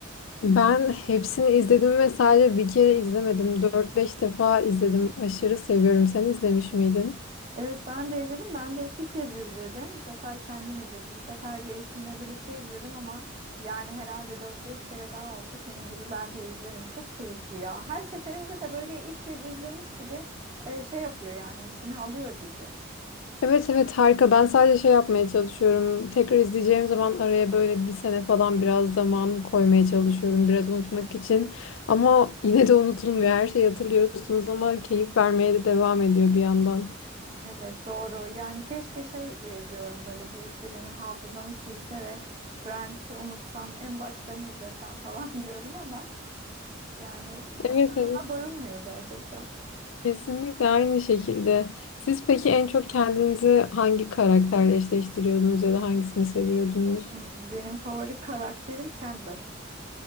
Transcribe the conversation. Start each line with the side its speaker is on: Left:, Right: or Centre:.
Left: Ben hepsini izledim ve sadece bir kere izlemedim. Dört beş defa izledim. Aşırı seviyorum. Sen izlemiş miydin?
Right: Evet ben de izledim. Ben de iki kez izledim. Bir sefer kendim izledim. Bir sefer de eşimle birlikte izledim ama yani herhalde dört beş kere daha olsa senin gibi ben de izlerim. Çok keyifli ya. Her seferinde de böyle ilk kez izlemiş gibi e, şey yapıyor yani içine alıyor dizi.
Left: Evet evet harika. Ben sadece şey yapmaya çalışıyorum. Tekrar izleyeceğim zaman araya böyle bir sene falan biraz zaman koymaya çalışıyorum. Biraz unutmak için. Ama yine de unutulmuyor. Her şeyi hatırlıyorsunuz ama keyif vermeye de devam ediyor bir yandan.
Right: Evet doğru. Yani keşke şey e, diyorum böyle birisi benim hafızamı silse ve Friends'i unutsam en baştan izlesem falan <laughs> diyorum ama yani e,
Left: Evet
Right: tadına
Left: evet.
Right: doyulmuyor gerçekten.
Left: Kesinlikle aynı şekilde. Siz peki en çok kendinizi hangi karakterle eşleştiriyordunuz ya da hangisini seviyordunuz?
Right: Hmm, Benim favori karakterim Chandler.